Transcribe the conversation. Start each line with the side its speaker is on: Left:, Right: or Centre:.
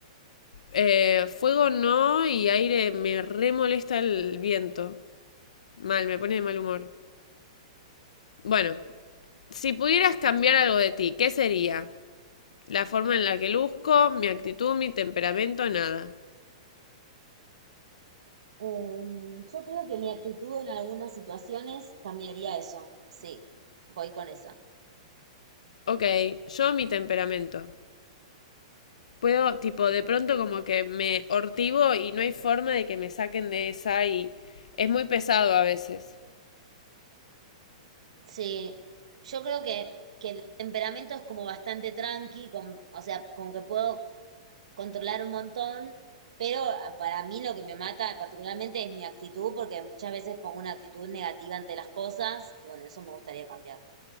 Left: Eh, fuego no y aire me re molesta el viento. Mal, me pone de mal humor. Bueno, si pudieras cambiar algo de ti, ¿qué sería? La forma en la que luzco, mi actitud, mi temperamento, nada.
Right: Em, yo creo que mi actitud en algunas situaciones cambiaría eso. Sí, voy con esa.
Left: Ok, yo mi temperamento. Puedo, tipo, de pronto como que me hortivo y no hay forma de que me saquen de esa y es muy pesado a veces.
Right: Sí, yo creo que, que el temperamento es como bastante tranqui, con, o sea, como que puedo controlar un montón, pero para mí lo que me mata particularmente es mi actitud, porque muchas veces pongo una actitud negativa ante las cosas y bueno, eso me gustaría cambiarlo.